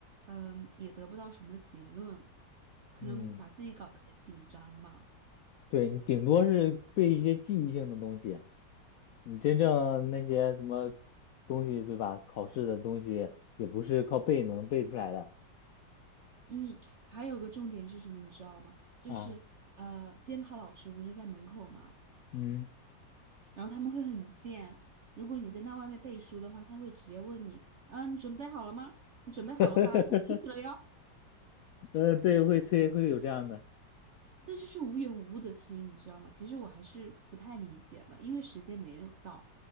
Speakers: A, on the right; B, on the left.
A: 嗯，也得不到什么结论，可能把自己搞得更紧张嘛。
B: 嗯，对，你顶多是背一些记忆性的东西，你真正那些什么东西，对吧？考试的东西也不是靠背能背出来的
A: 嗯，还有个重点是什么，你知道吗？就是呃，
B: 啊。
A: 监考老师不是在门口嘛，
B: 嗯，
A: 然后他们会很贱，如果你在那外面背书的话，他会直接问你，嗯、你准备好了吗？你准备好的话要开始了哟。
B: <laughs> 嗯，对，会催，会有这样的。
A: 但是是无缘无故的催，你知道吗？其实我还是不太理解的，因为时间没有到，